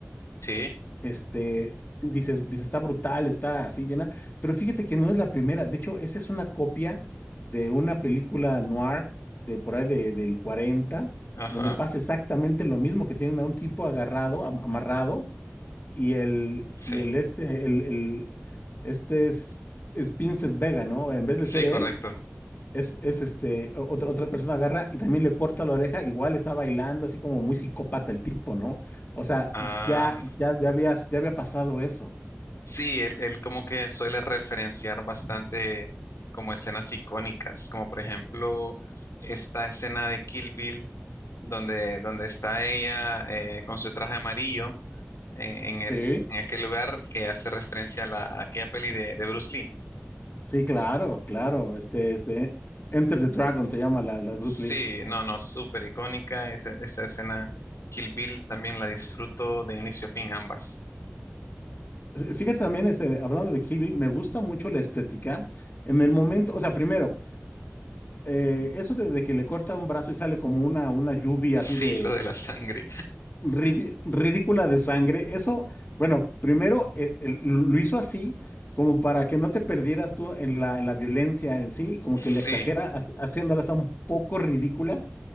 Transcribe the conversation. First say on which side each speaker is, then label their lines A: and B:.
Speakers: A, on the left; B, on the left.
A: sí,
B: Este, y dices, dices, está brutal, está así llena, pero fíjate que no es la primera. De hecho, esa es una copia de una película noir de por ahí de- del 40
A: ajá,
B: donde pasa exactamente lo mismo, que tienen a un tipo agarrado, am- amarrado, y el,
A: sí.
B: y el este, el, el- este es, es Vincent Vega, ¿no? En vez de
A: Sí,
B: ser él,
A: correcto.
B: es, es este, o- otra, otra persona agarra y también le corta la oreja, igual está bailando, así como muy psicópata el tipo, ¿no? O sea,
A: Ah,
B: ya, ya, ya habías, ya había pasado eso.
A: sí, él, él como que suele referenciar bastante como escenas icónicas, como por ejemplo esta escena de Kill Bill, donde, donde está ella eh, con su traje amarillo eh, en el,
B: Sí.
A: en aquel lugar que hace referencia a, la, a aquella peli de, de Bruce Lee.
B: Sí, claro, claro. Este, este, Enter the Dragon se llama la, la de
A: Sí,
B: Bruce Lee.
A: no, no, súper icónica esa, esa escena. Kill Bill también la disfruto de inicio a fin ambas.
B: Eh, Fíjate también, este, hablando de Kill Bill, me gusta mucho la estética. En el momento, o sea, primero, eh, eso de, de que le corta un brazo y sale como una, una lluvia
A: Sí,
B: así de
A: lo de la sangre.
B: Ridi- ridícula de sangre. Eso, bueno, primero eh, el- lo hizo así como para que no te perdieras tú en la, en la violencia en sí, como
A: Sí,
B: que la exagera ha- haciéndola hasta un poco ridícula.